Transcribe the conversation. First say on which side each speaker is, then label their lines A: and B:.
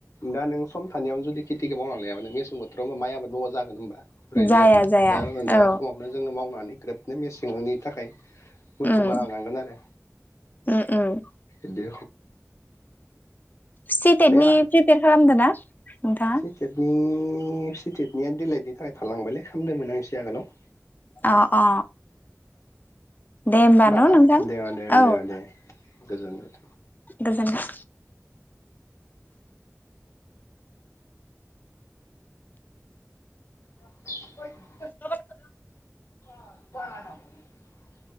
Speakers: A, on the left (about 70°); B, on the left (about 35°).
A: दा नों सम थानायावनो जुदि खेथिखौ मावना लायाबा नों मेसें बोथोराव माइ आबाद मावबा जागोन <unintelligible>
B: जाया।
A: <unintelligible>
B: जाया
A: जोङो
B: औ
A: मावनानै ग्रोबनो मेसेंनि थाखाय। बुथुमना
B: उम
A: लांगोन आरो
B: उम उम
A: इदि
B: सि टेटनि
A: दे होमबा
B: प्रिपेयार खालामदों ना? नोंथाङा
A: सिटेटनि सिटेटनिया दिलाइटनि थाखाय थालांबायलै खालामदोंमोन आं एसे आगोलाव।
B: अ अ। दे होमबा न'
A: ना
B: नोंथां
A: दे दे
B: औ।
A: दे दे गोजोननाय थाबाय।
B: गोजोन्थों।
A: <unintelligible>
B: <unintelligible>
A: <unintelligible>